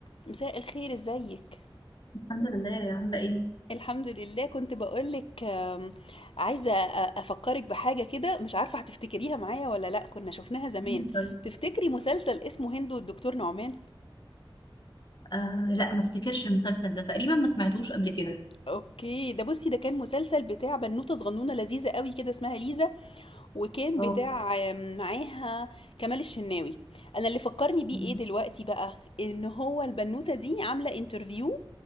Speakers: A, on the left; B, on the left.
A: مساء الخير ازيك
B: الحمد لله عاملة ايه؟
A: الحمد لله كنت بقولك آم، عايزة أ- أفكرك بحاجة كده مش عارفة هتفتكريها معايا ولا لأ كنا شفناها زمان
B: مم، طيب
A: تفتكري مسلسل اسمه هند والدكتور نعمان؟
B: آه لا ما افتكرش المسلسل ده تقريبا ما سمعتوش قبل كده
A: اوكي ده بصي ده كان مسلسل بتاع بنوتة صغنونة لذيذة قوي كده اسمها ليزا وكان
B: اه
A: بتاع آم، معاها كمال الشناوي انا اللي فكرني بيه
B: مم.
A: ايه دلوقتي بقى ان هو البنوتة دي عاملة انترفيو